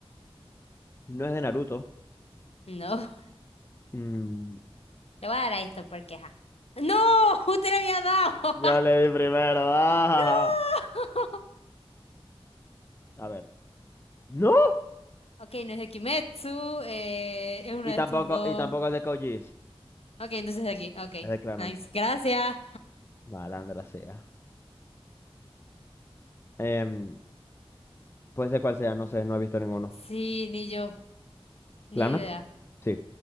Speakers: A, on the left (about 25°); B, on the left (about 75°).
A: No es de Naruto.
B: No,
A: Mm,
B: le voy a dar a esto porque, ajá. ¡No! <laughs> ¡Usted le había dado!
A: Yo
B: <laughs>
A: le di primero. ah.
B: ¡No! <laughs>
A: A ver. No.
B: Ok, no es de Kimetsu, eh, es uno
A: Y
B: de
A: tampoco,
B: estos dos.
A: y tampoco es de Code
B: Ok, entonces de aquí, ok.
A: Es de Clannad.
B: Nice, gracias.
A: No, Alandra, sí. ah. Em, puede ser cual sea, no sé, no he visto ninguno.
B: Sí, ni yo. Ni
A: ¿Clannad?
B: idea.
A: Sí.